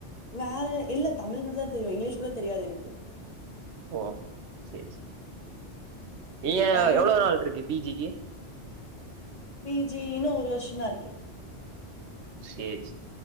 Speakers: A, on the left (about 35°); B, on the right (about 70°).
A: வேற இல்ல தமிழ் மட்டுந்தா தெரியு இங்கிலீஷ் கூட தெரியாது எனக்கு
B: ஓ அப் சேரி சேரி நீங்க
A: அ எனக்கு
B: எவ்ளோ நாள் இருக்கு பீஜிக்கு
A: பீஜி இன்னோ ஒரு வருஷோந்தா இருக்கு
B: செரி